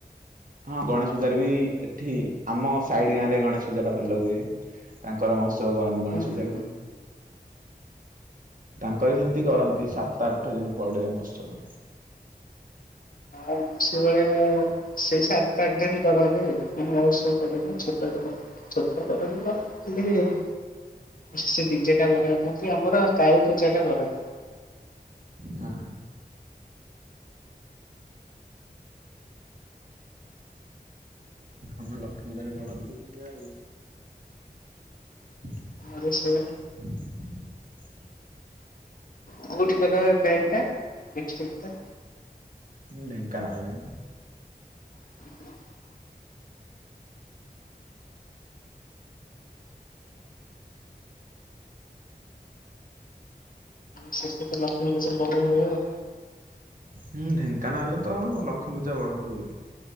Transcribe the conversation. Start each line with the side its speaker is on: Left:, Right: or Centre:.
Right: ହଁ ଗଣେଶ ପୂଜାରେ ବି ଏଠି ଆମ ସାଇଡ ଗାଁ ରେ ଗଣେଶ ପୂଜା ଟା ଭଲ ହୁଏ। ତାଙ୍କର ମହୋତ୍ସବ କରନ୍ତି ଗଣେଶ
Left: ହୁଁ ହୁଁ
Right: ପୂଜାକୁ। ତାଙ୍କ ବି ସେମିତି କରନ୍ତି ସାତ ତଠ ଦିନ ପରେେ ମସ୍ତବ।
Left: ଆ ସେବେଆ ସେଇ ସାତ ଆଠ ଦିନ କରନ୍ତି ଅବଶ୍ୟ କରନି ଛୋଟ କରନ୍ତି। ଛୋଟ କରନ୍ତି <unintelligible> ସେ ଡିଜେଟା ବଢିବ କତି ଆମର କାଳିୀ ପୂଜା ଟା ବଢ।
Right: ହ। ଆମ ଲକ୍ଷ୍ମୀ ପୂଜା ଟ ବଡ ଟିକେ ହୁଏ ଆଉ। <inaudible>
Left: ଆ ସେ।
Right: <inaudible>
Left: କୋଉଠି କହିଲ ଏ ବ୍ୟାଙ୍କ୍ ଟା?
Right: ଢେଙ୍କାନାଳ।
Left: <inaudible> ସେ କଷତ୍ର ଲକ୍ଷ୍ଣୀ ବଡ ହୁଏ ଆଉ।
Right: ହୁଁ ଢେଙ୍କାନାଳରେ ତ ଲକ୍ଷ୍ମୀ ପୂଜା ବଡ ହୁଏ।